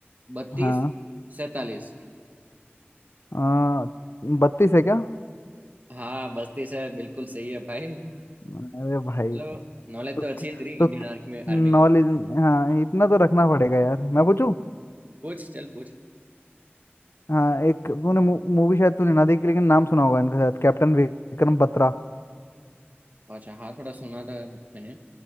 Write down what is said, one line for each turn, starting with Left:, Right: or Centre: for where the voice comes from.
Right: बत्तीस
Left: हाँ
Right: 47
Left: आ, बत्तीस है क्या
Right: हाँ बस्ती से बिल्कुल सही है भाई
Left: अरे भाई
Right: चलो नॉलेज
Left: तो
Right: तो अच्छी है तेरी इंडियन
Left: तो
Right: आर्मी में
Left: नॉलेज
Right: आर्मी के ऊपर
Left: हाँ
Right: हाँ,
Left: इतना तो रखना पड़ेगा यार मैं पूछूं
Right: पूछ चल पूछ
Left: हाँ एक तूने मूवी शायद तूने ना देखी लेकिन नाम सुना होगा इनका शायद कैप्टन विक्रम बत्रा
Right: अच्छा हाँ थोड़ा सुना था मैंने